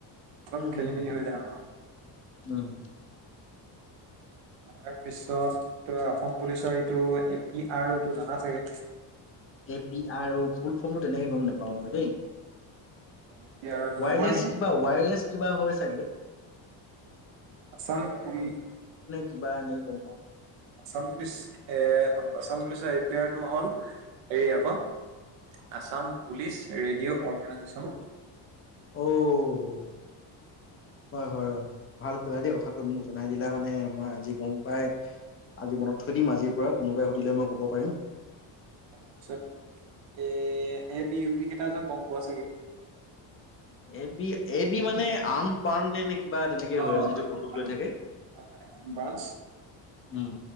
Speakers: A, on the right; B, on the left.
A: অলপ
B: উম,
A: খেলি
B: হুম, হুম।
A: মেলি হৈ যায় অঁ।
B: উম
A: তাৰপিছত অসম পুলিচৰ এইটো এ পি আৰ অ' টো জানা চাগে।
B: A P R O full ফৰ্মটো তেনেকে গম নেপাওঁ মই দেই। ৱায়াৰলেছ
A: এ পি আৰ অ'টো নোপোৱা নেকি
B: কিবা ৱায়াৰলেছ কিবা হৈছ <unintelligible>
A: আচাম পুলি
B: কিবা এনেকে গম পাওঁ
A: আছাম পুলিচ এ আসাম পুলিচৰ এ পি আৰ আৰটো হ'ল হেৰি আকৌ আছাম পুলিচ ৰেডিঅ' অৰ্গেনাইজেচন।
B: অঔ। হয়-হয়। ভাল কৰিলা দেই কথাটো মোক জনাই দিলা মানে মই আজি গম পাই আজি মনত থৈ দিম আজিৰ পৰা কোনোবাই সুধিলে মই ক'ব পাৰিম।
A: তাৰ পিছত এ- এ বি ইউ বি কেইটা যে গম পোৱা চাগে।
B: এবি- এবি মানে আন বাওণ নে- নে কিবা তেনেকে
A: অ
B: হয় যিটো বন্দুক
A: আম-
B: লৈ থাকে,
A: হয় হয় আম ব্ৰাঞ্চ
B: উম।